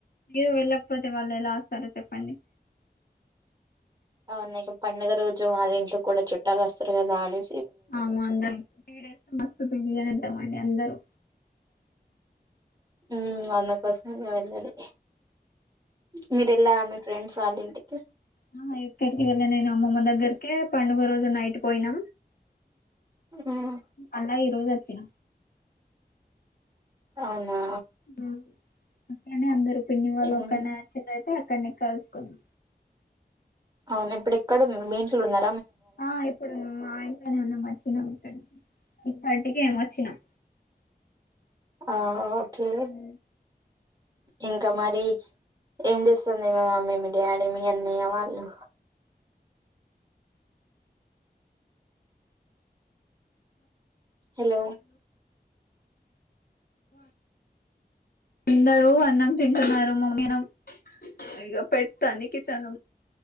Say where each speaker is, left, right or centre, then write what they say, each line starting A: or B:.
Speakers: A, on the left; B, on the right.
A: మీరు వెళ్ళకపోతే వాళ్ళు ఎలా వస్తారో చెప్పండి
B: అవును ఇక పండుగ రోజు వాళ్ళ ఇంట్లో కూడా చుట్టాలు వస్తారు కదా అని
A: ఆమె మందులు <unintelligible> మస్తు పిండి పాండి అందరు
B: ఉ వంద ప్రశ్నలు అడిగారు మీరు ఎల్లర మీ ఫ్రెండ్స్ వాళ్ళింటికి
A: ఆ ఎయిట్ థర్టీ కే వెళ్ళ నేను అమ్మమ్మ దగ్గర కే పండుగ రోజు నైట్ పోయినా
B: ఉమ్,
A: అన్నయ్య ఇది ఓకే యా
B: అవునా
A: ఉ అక్కన్నే అందరు పిన్ని వాళు
B: ఉమ్
A: ఒక్కల్నే యాడ్ చేయలేదు అక్కడనే కలుసుకున్నా
B: అవున ఇప్పుడు ఎక్కడన్నారు మీ ఇంట్లోనా
A: ఆ ఇప్పుడు మా ఆ ఇంట్లోనే ఉన్నాం మా చిన్న అన్న ఫ్రెండ్స్ ఇప్పటిక ఏం వచ్చినాం
B: ఆ ఓకే
A: మో
B: ఇంకా మరి ఏంచేస్తున్నారు మీ మమ్మీ మీ డాడీ మీ అన్న వాళ్ళు హలో
A: అందరూ అన్నం తింటున్నారు మమ్మీ <unintelligible> ఇగా పెడతంది కిచెన్